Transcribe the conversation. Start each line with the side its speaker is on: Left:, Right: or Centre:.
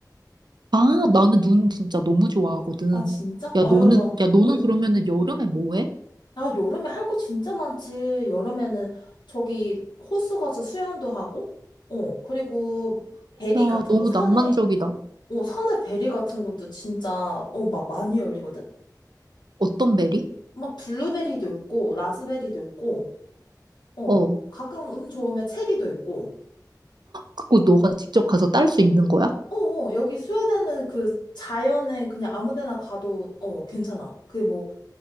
Right: 아, 나는 눈 진짜 너무 좋아하거든.
Left: 아, 진짜?
Right: 야,
Left: 아유,
Right: 너는,
Left: 나,
Right: 야, 너는
Left: 어.
Right: 그러면은 여름에 뭐 해?
Left: 야, 여름에 할 거 진짜 많지. 여름에는 저기 호수 가서 수영도 하고, 어, 그리고 베리
Right: 야,
Left: 같은
Right: 너무
Left: 거 산에
Right: 낭만적이다.
Left: 어, 산에 베리 같은 것도 진짜, 어, 막 많이 열리거든?
Right: 어떤 베리?
Left: 막 블루베리도 있고, 라즈베리도 있고, 어,
Right: 어,
Left: 가끔 운 좋으면 체리도 있고,
Right: 그거 너가 직접 가서 딸 수 있는 거야?
Left: 어, 어, 여기 스웨덴은 그 자연에 그냥 아무 데나 가도, 어, 괜찮아. 그 뭐,